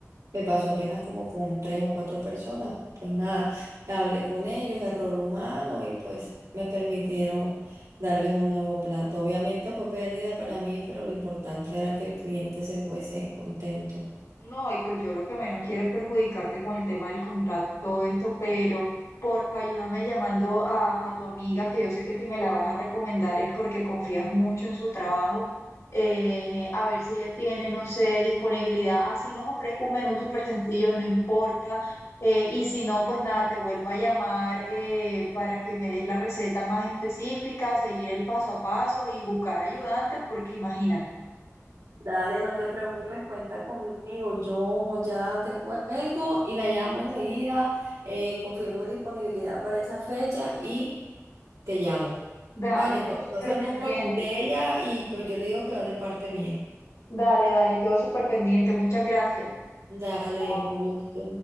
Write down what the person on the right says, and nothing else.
me pasó apenas como con tres o cuatro personas, pues nada, hablé con ellos, error humano y pues me permitieron darles un nuevo plato. Obviamente fue pérdida para mí, pero lo importante era que el cliente se fuese contento.
Dale, no te preocupes, cuenta conmigo. Yo ya te cuelgo y la llamo enseguida. eh, confirmo disponibilidad para esa fecha y te llamo.
Vale,
o te
paso el
número con de ella y pues yo le digo que va de parte mía.
Dale,
con gusto.